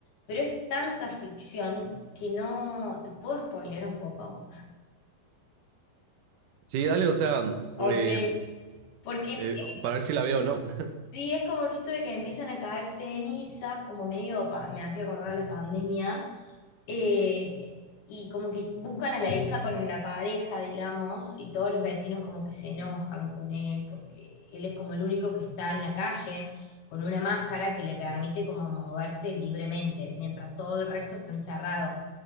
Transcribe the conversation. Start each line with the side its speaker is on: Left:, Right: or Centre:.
Left: pero es tanta ficción que no, ¿te puedo spoilear un poco?
Right: Sí, dale, o sea,
Left: Ok.
Right: eh,
Left: Porque eh,
Right: eh, para ver si la veo o no. <laughs>
Left: sí, es como que esto de que empiezan a caer cenizas, como medio pa- me hacía correr la pandemia, eh, y como que buscan a la hija con la pareja, digamos, y todos los vecinos como que se enojan con él, porque él es como el único que está en la calle con una máscara que le permite como moverse libremente, mientras todo el resto está encerrado.